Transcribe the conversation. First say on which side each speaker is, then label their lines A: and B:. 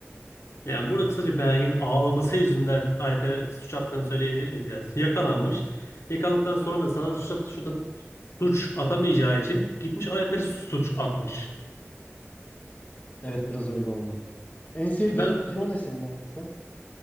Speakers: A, on the left; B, on the left.
A: Yani burada kısaca Bergen'in ağlaması yüzünden Alper'e suç attığını söyleyebilir miyiz yani? Yakalanmış. Yakalandıktan sonra sana suç, at- suç, at- suç atamayacağı için gitmiş Alper'e suç atmış.
B: Evet biraz öyle oldu. En sevdiğin
A: Ben
B: hero ne senin oynarken?